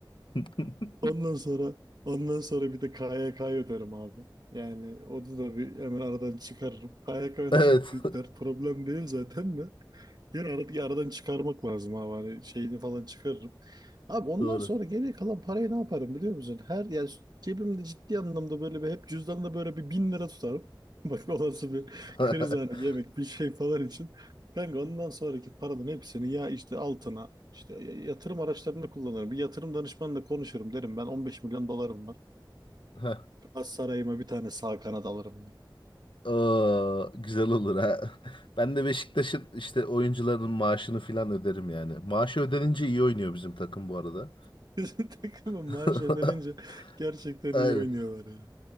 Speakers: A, on the left; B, on the right.
A: <laughs>
B: Ondan sonra ondan sonra bir de KYK'yı öderim abi. Yani onu da bir hemen aradan çıkarırım. KYK öyle
A: Evet.
B: çok büyük dert problem değil zaten de. Yani ara- bir aradan çıkarmak lazım abi. Hani şeyini falan çıkarırım. Abi ondan
A: <laughs> Doğru.
B: sonra geriye kalan parayı ne yaparım biliyor musun? Her yani cebimde ciddi anlamda böyle bir hep cüzdanla böyle bir bin lira tutarım. <laughs> Bak olası bir
A: <laughs>
B: kriz hani yemek bir şey falan için. Kanka ondan sonraki paranın hepsini ya işte altına işte ya- yatırım araçlarını kullanırım. Bir yatırım danışmanla konuşurum derim ben 15 milyon dolarım var.
A: Heh.
B: Az sarayıma bir tane sağ kanat alırım diye.
A: Aa, güzel olur ha. <laughs> Ben de Beşiktaş'ın işte oyuncuların maaşını filan öderim yani. Maaşı ödenince iyi oynuyor bizim takım bu arada.
B: <laughs> Bizim takımın
A: <laughs>
B: maaş ödenince gerçekten
A: Aynen.
B: iyi oynuyorlar ya.